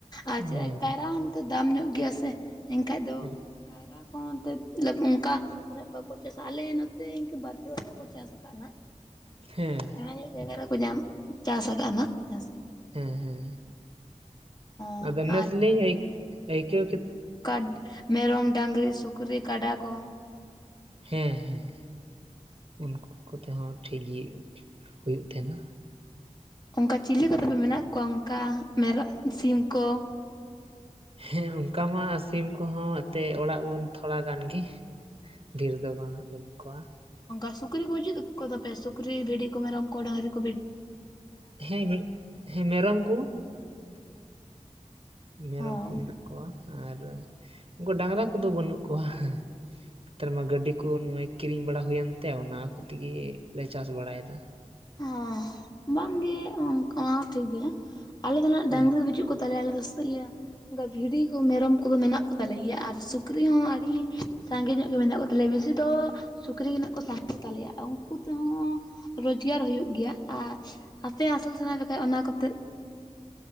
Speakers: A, on the left; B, on the right.
A: ᱟᱨ
B: ᱦᱮᱸ
A: ᱪᱮᱫᱟᱜ ᱠᱟᱭᱨᱟ ᱦᱚ ᱱᱚᱛᱮ ᱫᱟᱢ ᱧᱚᱜ ᱜᱮᱭᱟ ᱥᱮ ᱮᱱᱠᱟᱡ ᱫᱚ
B: ᱦᱮᱸ
A: ᱠᱟᱭᱨᱟ ᱠᱚᱦᱚ ᱱᱚᱛᱮ ᱚᱱᱠᱟ ᱩᱱᱟᱹᱜ ᱵᱟᱠᱚ ᱪᱟᱥᱟ ᱟᱞᱮ ᱱᱚᱛᱮ ᱤᱱᱠᱟᱹ ᱵᱟᱨᱯᱮ ᱚᱲᱟᱜᱠᱚ ᱪᱟᱥᱟ <inaudible>
B: ᱦᱮᱸ
A: ᱥᱮᱬᱟ ᱧᱚᱜ ᱡᱟᱭᱜᱟ ᱨᱮᱠᱚ ᱧᱟᱢ ᱪᱟᱥ ᱟᱠᱟᱱᱟᱜ ᱪᱟᱥᱤ
B: ᱦᱩᱸ ᱦᱩᱸ
A: ᱦᱚᱸ
B: ᱟᱫᱚ
A: ᱟᱨ
B: ᱱᱮᱥ ᱞᱤᱧ ᱟᱭᱠᱟᱹ- ᱟᱭᱠᱟᱹ
A: ᱠᱟᱫᱽ ᱢᱮᱨᱚᱢ ᱰᱟᱝᱜᱽᱨᱤ ᱥᱩᱠᱨᱤ ᱠᱟᱰᱟ ᱠᱚ᱾
B: ᱦᱮᱸ ᱦᱮᱸ ᱩᱱᱠᱩ ᱠᱩᱛᱮ ᱦᱚᱸᱴᱷᱤᱠ ᱜᱤ ᱦᱩᱭᱩᱜ ᱛᱮᱦᱮᱱᱟ᱾
A: ᱚᱱᱠᱟ ᱪᱤᱞᱤ ᱠᱚᱪᱚ ᱠᱚ ᱢᱮᱱᱟᱜ ᱠᱚᱣᱟ ᱚᱱᱠᱟ ᱢᱮᱨᱚᱜ ᱥᱤᱢ ᱠᱚ᱾
B: ᱦᱮᱸ ᱚᱱᱠᱟ ᱢᱟ ᱥᱤᱢ ᱠᱩᱦᱚᱸ ᱮᱸᱛᱮᱜ ᱚᱲᱟᱜ ᱵᱩᱱ ᱛᱷᱚᱲᱟ ᱜᱟᱱ ᱜᱮ᱾ ᱰᱷᱤᱨ ᱫᱚ ᱵᱟᱝᱟ ᱵᱟᱹᱱᱩᱜ ᱠᱚᱣᱟ᱾
A: ᱚᱱᱠᱟ ᱥᱩᱠᱨᱤ ᱠᱚ ᱵᱟᱹᱪᱩᱜ ᱠᱚ ᱛᱟᱯᱮᱭᱟ ᱥᱩᱠᱨᱤ ᱵᱷᱤᱰᱤ ᱠᱚ ᱢᱮᱨᱚᱢ ᱠᱚ ᱰᱟᱹᱝᱨᱤ ᱠᱚ ᱵᱷᱤᱰᱼᱼ
B: ᱦᱮᱸ ᱜᱤᱜ ᱢᱮᱨᱚᱢ ᱠᱩ? ᱢᱮᱨᱚᱢ
A: ᱦᱚᱸ
B: ᱠᱩ ᱢᱤᱱᱟᱜ ᱠᱚᱣᱟ ᱟᱨ ᱩᱱᱠᱩ ᱰᱟᱝᱨᱟ ᱠᱩᱫᱚ ᱵᱟᱹᱱᱩᱜ ᱠᱚᱣᱟ᱾ ᱱᱮᱛᱟᱨ ᱢᱟ ᱜᱟᱹᱰᱤ ᱠᱚ ᱱᱚᱜ-ᱚᱭ ᱠᱤᱨᱤᱧ ᱵᱟᱲᱟ ᱦᱩᱭᱮᱱ ᱛᱮ ᱚᱱᱟ ᱠᱚ ᱛᱤᱜᱤ ᱞᱮ ᱪᱟᱥ ᱵᱟᱲᱟᱭ ᱫᱟ
A: ᱦᱚᱸ ᱵᱟᱝᱜᱮ ᱚᱝᱠᱟᱸ ᱛᱤᱜᱤ᱾ ᱟᱞᱮ ᱫᱚ ᱱᱟᱦᱟᱸᱜ
B: ᱦᱮᱸ
A: ᱰᱟᱝᱨᱤ ᱵᱟᱹᱪᱩᱜ ᱠᱚ ᱛᱟᱞᱮᱭᱟ ᱟᱞᱮ ᱫᱚ ᱥᱮ ᱤᱭᱟᱹᱼᱼ ᱚᱱᱠᱟ ᱵᱷᱤᱰᱤ ᱠᱚ ᱢᱮᱨᱚᱢ ᱠᱚᱫᱚ ᱢᱮᱱᱟᱜ ᱠᱚ ᱛᱟᱞᱮ ᱜᱮᱭᱟ ᱟᱨ ᱥᱩᱠᱨᱤ ᱦᱚᱸ ᱟᱰᱤᱼᱼ ᱥᱟᱸᱜᱮ ᱧᱚᱜ ᱜᱮ ᱢᱮᱱᱟᱜ ᱠᱚ ᱛᱟᱞᱮᱭᱟ ᱵᱮᱥᱤ ᱫᱚᱼᱼ ᱥᱩᱠᱨᱤ ᱜᱮ ᱤᱱᱟᱹᱜ ᱠᱚ ᱥᱟᱝᱜᱮ ᱛᱟᱞᱮᱭᱟ ᱩᱱᱠᱩ ᱛᱮᱦᱚᱸ ᱨᱚᱡᱽᱼᱼ <unintelligible> ᱦᱩᱭᱩᱜ ᱜᱮᱭᱟ ᱟᱨ ᱟᱯᱮ ᱟᱥᱩᱞ ᱥᱟᱱᱟ ᱯᱮ ᱠᱷᱟᱡ ᱚᱱᱟ ᱠᱚᱛᱮᱜᱼᱼ